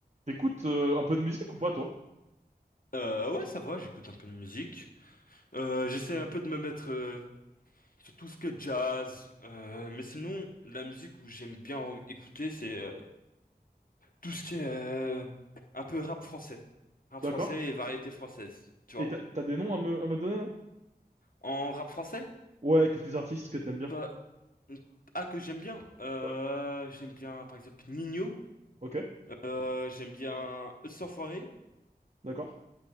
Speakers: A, on the right; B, on the left.
A: T'écoutes euh, un peu de musique ou pas, toi?
B: Euh, ouais, ça va, j'écoute un peu de musique. Euh, j'essaie un peu de me mettre euh, sur tout ce que jazz. Euh, mais sinon, la musique où j'aime bien en- écouter, c'est euh, tout ce qui est euh, un peu rap français. Rap
A: D'accord.
B: français et variété française, tu vois.
A: Et t'as t'as des noms à me, à me donner, là?
B: En rap français,
A: Ouais, quelques artistes que t'aimes bien.
B: toi, ah, que j'aime bien. Euh,
A: Ouais.
B: j'aime bien, par exemple, Nino.
A: Ok,
B: Euh, j'aime bien Eux sans Foirer.
A: d'accord.